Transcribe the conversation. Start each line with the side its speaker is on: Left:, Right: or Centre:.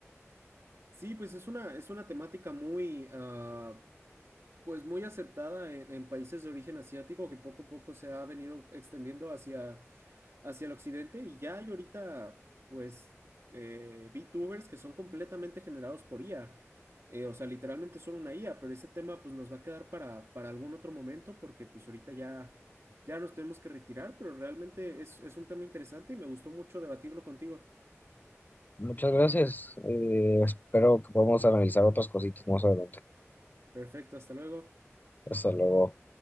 Right: Sí, pues es una, es una temática muy, ah, pues muy aceptada en, en países de origen asiático que poco a poco se ha venido extendiendo hacia, hacia el occidente y ya hay ahorita pues eh, VTubers que son completamente generados por IA. Eh, o sea, literalmente son una IA, pero ese tema pues nos va a quedar para, para algún otro momento porque pues ahorita ya, ya nos tenemos que retirar, pero realmente es, es un tema interesante y me gustó mucho debatirlo contigo.
Left: Muchas gracias. eh, espero que podamos analizar otras cositas más adelante.
Right: Perfecto, hasta luego.
Left: Hasta luego.